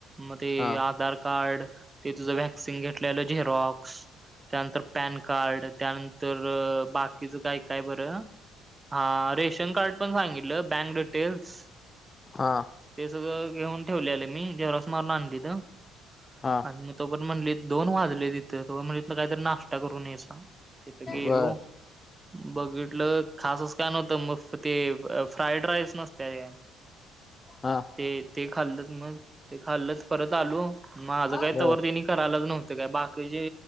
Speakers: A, on the right; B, on the left.
A: मग ते
B: हा
A: आधार कार्ड ते तुझं व्हॅक्सिन घेतले झेरॉक्स त्यानंतर पॅन कार्ड त्यानंतर बाकीचं काय काय बरं. हा रेशन कार्ड पण सांगितलं बँक डिटेल्स
B: हा
A: ते सगळं घेऊन ठेवलेल मी झेरॉक्स मारून आणलेल आणि
B: हा
A: मग. तो पर्यन्त म्हणले दोन वाजले तिथं तो म्हणलं इथनं काहीतरी नाश्ता करून यायच. तिथ गेलो
B: बर
A: बघितलं खास असं काय नव्हतं मग ते फ्राईड राईस नसते काय
B: हा.
A: ते ते खाल्लंच मग ते खाल्लच परत आलो म माझं काय
B: बर
A: तवर तेनी करायलाच नव्हतं काय बाकी चे